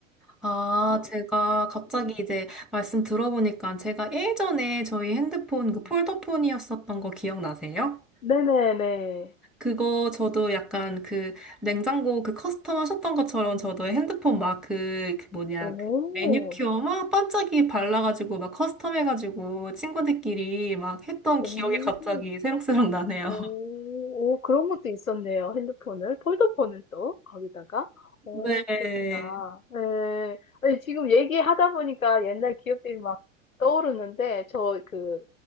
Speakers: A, in the centre; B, on the left (about 85°).
A: 아,
B: 음,
A: 제가 갑자기
B: 음,
A: 이제 말씀 들어보니까 제가 예전에 저희 핸드폰
B: 음.
A: 그 폴더폰이었었던 거 기억나세요?
B: 네네네.
A: 그거 저도 약간 그 냉장고 그 커스텀 하셨던 것처럼 저도 핸드폰 막 그, 그 뭐냐
B: 오,
A: 그 매니큐어 막 반짝이 발라가지고 막 커스텀 해가지고 친구들끼리 막 했던
B: 오.
A: 기억이 갑자기 새록새록 나네요.
B: 오, 오, 그런 것도 있었네요. 핸드폰을, 폴더폰을 또, 거기다가.
A: <laughs>
B: 오,
A: 네.
B: 그랬구나. 네. 아니, 지금 얘기하다 보니까 옛날 기억들이 막 떠오르는데, 저 그